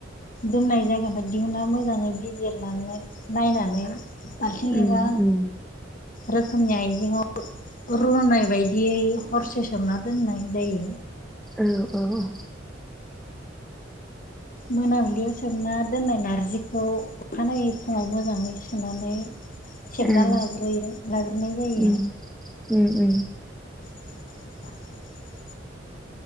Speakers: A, on the left; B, in the centre.
A: दोननाय जायगाखो दिहुना मोजाङै बिजिरनानै नायनानै। बाल्थिं
B: उम
A: एबा
B: उम
A: रोखोमनि आयजेंआव रूनाय बायद दियै हरसे सोमना दोननाय जायो।
B: औ औ
A: मोनाबिलियाव सोमना दोन्नाय नारजिखौ अखानायै फुङाव मोजाङै सुनानै। सोमना
B: ओं
A: लाग्रोयो लाग्रोनाय जायो।
B: उम उम उम
A: <inaudible>